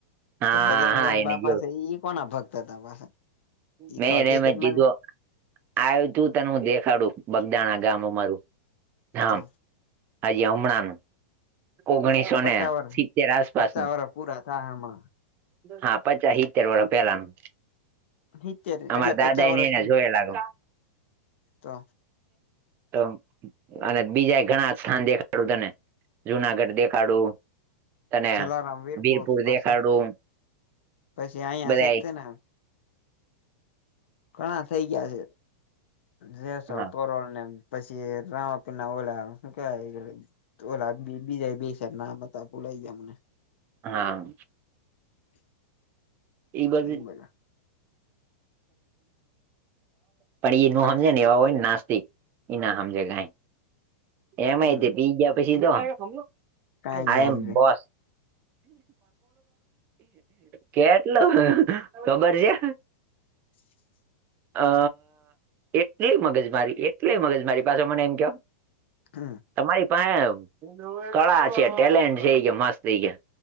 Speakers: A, on the right; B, on the left.
A: હા
B: તો બજંરગ
A: હા એને
B: બાપા
A: જોયું
B: છે ઈ કોના ભક્ત હતા પાછા. ઈ
A: મે
B: તો
A: એને
B: હકીકત
A: મત કીધો
B: માં
A: આવ તું તને હું દેખાડું બગદાણા ગામ અમારું ધામ.
B: તો
A: હાજી હમણાનું ઓગણીસોને
B: પચા વર
A: સિત્તેર આસપાસનું.
B: પચા વરષ પૂરા થાય હમણાં
A: હા પચા સિતેર વરસ પેલાનું.
B: સિત્તેર
A: અમારા
B: એટલે
A: દાદા
B: પચાસ વર્ષની
A: ઈના જેવા લાગે.
B: તો
A: તેમ અને બીજા ઘણા સ્થાન દેખાડું તને. જુનાગઢ દેખાડું. તને
B: જલારામ
A: વીરપુર
B: પછી
A: દેખાડું
B: પછી અહિયાં
A: બધા
B: છે
A: યે
B: તેને ઘણા થઇ ગયા છે જેસલ
A: હા
B: તોરલ ને પસી રામા પીના ઓલા શું કેવાય તો બીજાય બે નામ હતા ભૂલાય ગયા મને.
A: હા.
B: <inaudible>
A: ઈ બાજુ
B: એ બધા
A: પણ એ નો સમજે ને એવા હોય ને નાસ્ટિક ઈ ના સમજે કે નાય એમય
B: હમ
A: તો બીજા પછી તો આય
B: કઈ ન સમજે
A: એમ બોસ. કેટલું ખબર છે.
B: <inaudible>
A: અ એટલી મગજમારી, એટલી મગજ મારી પાછા મને એમ કેય
B: હમમ.
A: તમારી પાસે કળા છે, ટેલેન્ટ છે એ કે મસ્ત એ કે.